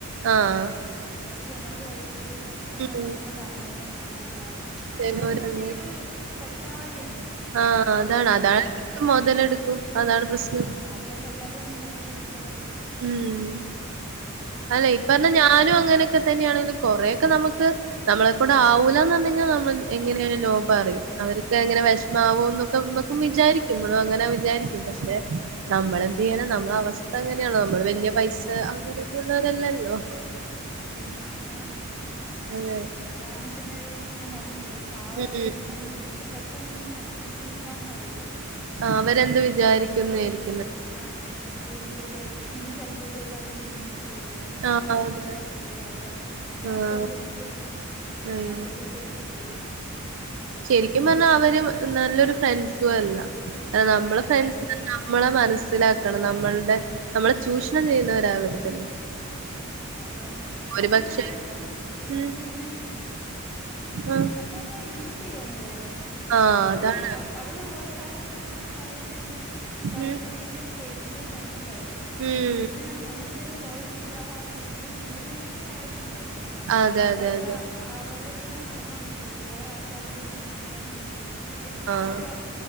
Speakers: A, on the right; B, in the centre.
A: ആഹ്
B: പക്ഷെ എന്നാലും അവക്ക് എങ്ങനെ പെട്ടെന്ന്
A: ഉം
B: പറയണ്ടേന്ന് അറിയില്ല
A: ചെലോരങ്ങനെ
B: അവളന്ന് പറഞ്ഞ ഇങ്ങനെരു തൊട്ടവാടിയാണ്
A: ആഹ് അതാണ് അതാണ് മുതലെടുക്കും അതാണ് പ്രശ്നം
B: അതുകൊണ്ട് എല്ലാരും അങ്ങ് മുതലെടുക്കളെ
A: ഉം അല്ലെ ഇപ്പ പറഞ്ഞാ ഞാനും അങ്ങനെയക്കെ തന്നെയാണെങ്കിൽ കുറൊക്കെ നമുക്ക് നമ്മളെക്ക കൊണ്ട് ആവൂലന്ന് പറഞ്ഞ കഴിഞ്ഞാൽ നമ്മൾ എങ്ങനെയ നോ പറയും അവർക്ക് എങ്ങനെ വിഷ മാവോന്നൊക്കെ നക്കും വിചാരിക്കുമ്പോളും അങ്ങനെ വിചാരിക്കും പക്ഷെ നമ്മള എന്ത് ചെയ്യാന നമ്മള അവസ്ഥ അങ്ങനെയാണോ നമ്മള് വലിയ പൈസ അങ്ങനെയൊന്നള്ളവരെല്ലല്ലോ
B: ഉം അതാണ്
A: അതെ
B: ഇവളാന്ന പിന്നെ ഒരു ഞാൻ പറഞ്ഞില്ലേ പാവമായതുകൊണ്ട്ങ്ങ്
A: ഉം
B: ഇവക്ക് പെട്ടെന്ന്ങ്ങ് സംസാരിച്ച് നൽക്കാൊന്നും അറിയത്തില്ല
A: ആഹ് അവരെന്ത് വിചാരിക്കുന്നാരിക്കും
B: ആഹ് അവരെന്ത് വിചാരിക്കും ഇനി ചെലപ്പോ ഇവളോടവര് മിണ്ടിയില്ലേലോ
A: ആഹ്
B: ചിലപ്പോ
A: അതാണ്
B: ഒറ്റപ്പെടുത്തിയാലോ അങ്ങനെയൊക്കൊള്ളൊരിതൊണ്ട്
A: ആഹ് അയ്യോ
B: അതുകൊണ്ട് പുള്ളിക്കാരിക്ക് പേടിയാണ്
A: ശരിക്കും പറഞ്ഞാ അവര് നല്ലൊരു ഫ്രണ്ട്സുവല്ല നമ്മളെ
B: ആഹ്
A: ഫ്രണ്ട്സ്ന്നു പറഞ്ഞാ നമ്മളെ മനസ്സിലാക്കണം നമ്മളുടെ നമ്മളെ ചൂഷണം ചെയ്യുന്നവരാവരുതല്ലോ
B: അതന്നെ ആ
A: ഒരുപക്ഷെ
B: പിള്ളേരാണെങ്കില്
A: ഉം
B: എന്താ ഇങ്ങനെ
A: ആഹ്
B: സത്യം പറഞ്ഞാ യൂസ് ചെയ്യാണ് ഇവിളെയങ്ങ്
A: ആഹ്
B: അതിപ്പോ
A: അതാണ്
B: ഈ അവ അവള് ഓരോ കാര്യങ്ങളിങ്ങനെ വന്ന് പറയുന്ന എന്നോട് പറയുമ്പോഴത്തേക്ക്
A: ഉം
B: എനിക്കത് കേൾക്കുമ്പോളേ മനസ്സിലാവും
A: ഉം
B: പിന്നെ ഒന്നാമത്തെകാര്യം കോളേജില് വേറാരുല്ല ഇവര് റൂംമേറ്റ്സൂടെ ആയത്കൊണ്ടേ
A: അതെ
B: ഇവളൊക്ക
A: അതെ അതെ
B: അവർടെ കൂടെ നട ക്കാൻ പറ്റത്തൊള്ളൂ വേറാൾക്കാര്ടെ കൂടൊന്നും നടക്കാനും പറ്റൂല്ല ലൈക്ക്
A: ആഹ്
B: ആര